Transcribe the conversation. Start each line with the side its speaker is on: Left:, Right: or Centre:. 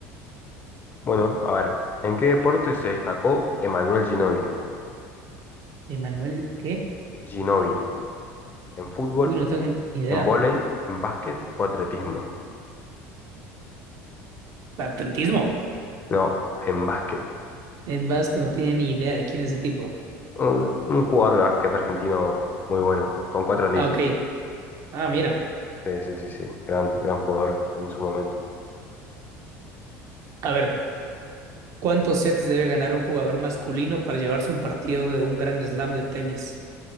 Left: Bueno, a ver, ¿en qué deporte se destacó Emanuel Ginóbili?
Right: ¿Emanuel qué?
Left: Ginóbili? ¿En fútbol,
Right: Uy, no tengo ni idea.
Left: en vóley, en básquet o atletismo?
Right: ¿Atletismo?
Left: No, en básquet.
Right: En vasco no tenía ni idea de quién es ese tipo.
Left: Un un jugador de básquet argentino muy bueno, con cuatro anillos.
Right: Ah, ok. Ah, mira.
Left: Sí, sí, sí, sí. Gran, gran jugador en su momento.
Right: A ver. ¿Cuántos sets debe ganar un jugador masculino para llevarse un partido de un gran slam de tenis